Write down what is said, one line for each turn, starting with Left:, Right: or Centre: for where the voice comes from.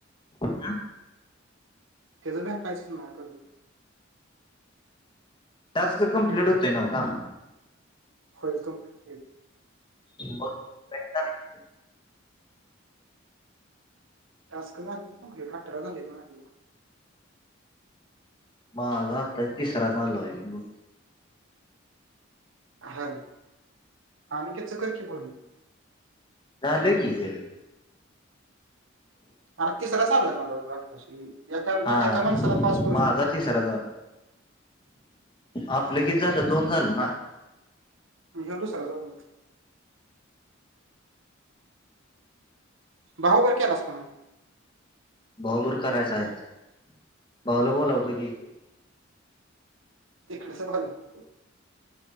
Left: आ
Right: त्याच बी <unintelligible> माय बरोबर.
Left: टास्क
Right: असं काय
Left: कंप्लीट
Right: व्हायचं
Left: होतोय नव का?
Right: होईल कंप्लेंट होईल.
Left: बग भेटत नही.
Right: टास्क झाली की कंप्लेंट अठरा झाले माझे.
Left: माझ आता तिसरा चालू हाय यो.
Right: हॅलो. अनिकेतच कर की बोलन
Left: झाल की ते
Right: आर तिसरा चालु आहे
Left: हा
Right: माझा <unintelligible> एका माणसाला पाच करू
Left: माझा
Right: शकतो.
Left: तिसरा झाला आपलं किती झालं? दोन झालं ना.
Right: तुझा दूसरा चालू बाहूकर केलास काय का नाय?
Left: भाऊ बुर करायचा आहेत भाऊला बोलावतो की
Right: तिकडेचं भागवू.